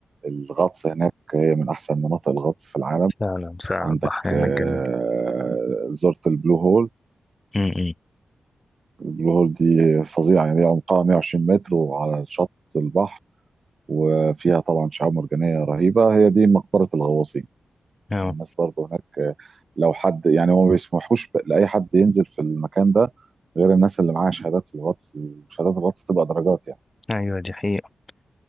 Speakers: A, on the right (about 45°); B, on the left (about 20°).
A: الغطس هناك هي من أحسن مناطق الغطس في العالم
B: فعلا فعلا
A: عندك
B: البحرين
A: آه،
B: الجميل
A: زرت البلو هول
B: م-م.
A: البلو هول دي فظيعة يعني هي عمقها 120 متر وعلى شط البحر وفيها طبعا شعاب مرجانية رهيبة هي دي مقبرة الغواصين
B: اه
A: الناس برضه هناك لو حد يعني هو ما بيسمحوش ب- لأي حد ينزل في المكان ده غير الناس اللي معاها شهادات في الغطس وشهادات الغطس تبقى درجات يعني
B: أيوة دي حقيقة